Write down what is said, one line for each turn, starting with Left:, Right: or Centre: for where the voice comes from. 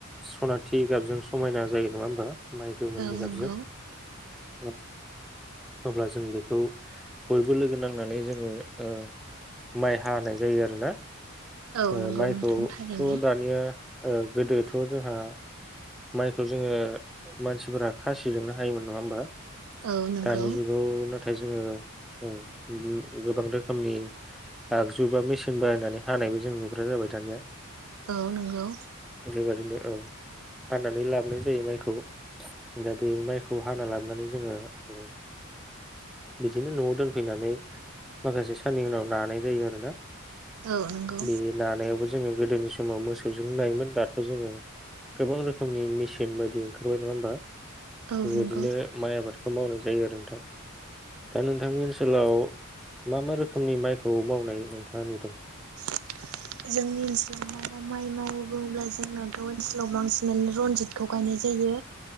Centre: सनाथि गाबजों समायना जायो नङा होमबा? माइ गोमोननि
Right: औ नंगौ
Centre: गाबजों। औ अब्ला जों जों बेखौ बयबो लोगो नांनानै जोङो ओ माइ हानाय जायो आरोना।
Right: औ
Centre: ओ
Right: नंगौ
Centre: माइखौथ'
Right: नोंथां थारैनो
Centre: दानिया ओ गोदोथ' जोंहा माइखौ जोङो मानसिफोरा खासिजोंनो हायोमोन नङा होमबा?
Right: औ नंगौ
Centre: दानि जुगाव नों दा जोङो <unintelligible> गोबां रोखोमनि आगजु बा मेसिन बायनानै हानायबो जों नुग्रा जाबाय दानिया।
Right: औ नंगौ।
Centre: बेबादिनो औ हानानै लाबोनाय जायो माइखौ। दा बे माइखौ हाना लाबोनानै जोङो ओ बिदिनो न'आव दोनफैनानै माखासे साननि उनाव नानाय जायो आरोना।
Right: औ नंगौ
Centre: बे नानायावबो जोङो गोदोनि समाव मोसौजों नायोमोन दाथ' जोङो गोबां रोखोमनि मेसिन बायदि ओंखारबाय नङा होमबा?
Right: औ
Centre: बेबायदिनो
Right: नंगौ
Centre: माइ आबाद मावनाय जायो आरो नोंथां। दा नोंथांनि ओनसोलाव मा मा रोखोमनि माइखौ मावनाय नोंथाङा नुदों?
Right: <inaudible> जोंनि ओनसोलाव माबा माइ मावो बुङोब्ला जोंनावथ' ओनसोलाव बांसिनानो रन्जितखौ गायनाय जायो।